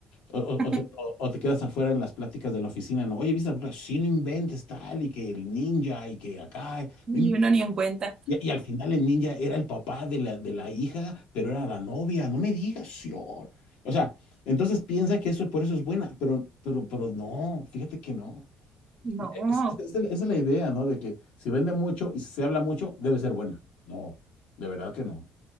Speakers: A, on the left; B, on the right.
A: o, o-
B: <laughs>
A: o te, o- o te quedas afuera en las pláticas de la oficina, ¿no? Oye, ¿viste la película? Sí, no inventes tal, y que el ninja, y que acá.
B: Y
A: no in-
B: uno ni en cuenta.
A: Y, y al final el ninja era el papá de la, de la hija, pero era la novia. No me digas, señor. O sea, entonces piensa que eso por eso es buena, pero, pero, pero no, fíjate que no.
B: No,
A: Esa es la esa es la idea, ¿no? De que si vende mucho y se habla mucho, debe ser buena. No, de verdad que no.